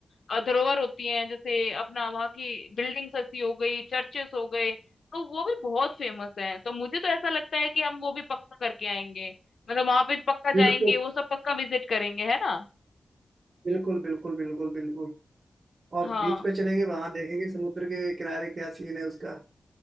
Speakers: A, on the left; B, on the right.
A: अ, धरोहर होती हैं जैसे अपना वहाँ की बिल्डिंग्स ऐसी हो गई चर्चेस हो गए तो वो भी बहुत फेमस हैं तो मुझे तो ऐसा लगता है कि हम वो भी पक्का करके आएंगे मतलब वहां पे पक्का जाएंगे
B: बिल्कुल
A: वो सब पक्का विजिट करेंगे है ना
B: बिल्कुल बिल्कुल बिल्कुल बिल्कुल और
A: हाँ
B: बीच पे चलेंगे वहां देखेंगे समुद्र के किनारे क्या सीन है उसका